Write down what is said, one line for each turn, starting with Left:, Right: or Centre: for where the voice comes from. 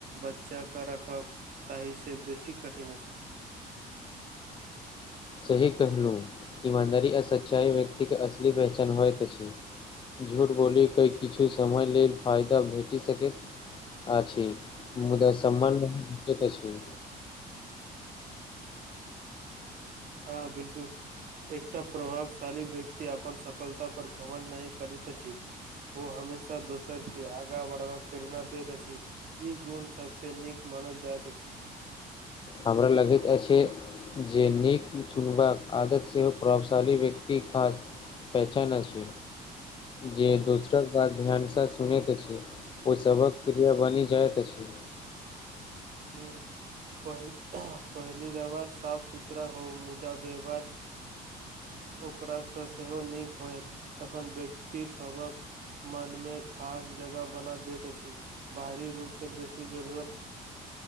Right: बच्चा कऽ रखब ताहि से बेसी कठिन अछि
Left: सही कहलहुँ ईमानदारी आ सच्चाइ व्यक्ति कऽ असली पेहचान होइत अछि झूठ बोली कऽ किछु समय लेल फायदा भेटि सकैत आछि मुदा सम्मान नहि भेटैत अछि
Right: हँ बिलकुल एकटा प्रभावशाली व्यक्ति अपन सफलता पर घमंड नहि करैत अछि ओ हमेशा दोसर के आगा बढ़बाक प्रेरणा दैत अछि ई गुण सबसे नीक मानल जाइत अछि
Left: हमरा लगैत अछि जे नीक सुुनबाक आदत सेहो प्रभावशाली व्यक्ति पास पहचान अछि जे दोसर बात ध्यानस सुनैत अछि ओ सभक प् प्रिया बनि जाइत अछि
Right: हूँम्मऽ प पहिली रावा साफ सुथरा हो मुदा व्यवहार ओकरासँ सेहो नीक होयत तखन व्यक्ति सब हक मन मे खास जगह बना दैत अछि बाहरी रूप से बेसी जरूरत